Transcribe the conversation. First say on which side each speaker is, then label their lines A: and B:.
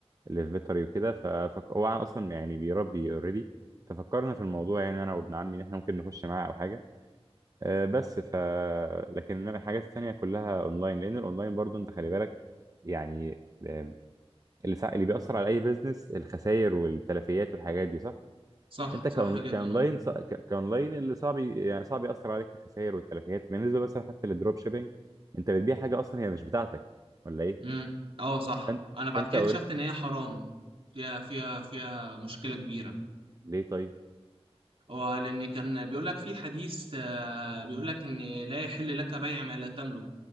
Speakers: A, on the right (about 35°); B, on the right (about 55°).
A: اللي في بيطري وكده ففك... هو اصلا يعني بيربي اوريدي ففكرنا في الموضوع يعني انا وابن عمي ان احنا ممكن نخش معاه او حاجة آه، بس ف لكن إنما الحاجات التانية كلها اونلاين لان الاونلاين برضو انت خلي بالك يعني آه، اللي سا... اللي بيأثر على اي بيزنس الخسائر والتلفيات والحاجات دي صح
B: صح
A: انت
B: صح
A: كأون...
B: جدا
A: كاونلاين
B: اه
A: ص... ك- كاونلاين اللي صعب ي- يعني صعب ياثر عليك الخسائر والتلفيات بالنسبه مثلا حتى للدروب شيبينج انت بتبيع حاجه اصلا هي مش بتاعتك ولا ايه
B: امم اه صح
A: فانت
B: انا بعد
A: فانت
B: كده
A: أوري...
B: اكتشفت ان هي حرام فيها فيها فيها مشكلة كبيرة
A: ليه طيب
B: هو لان كان بيقول لك في حديث آه، بيقول لك ان لا يحل لك بيع ما لا تملك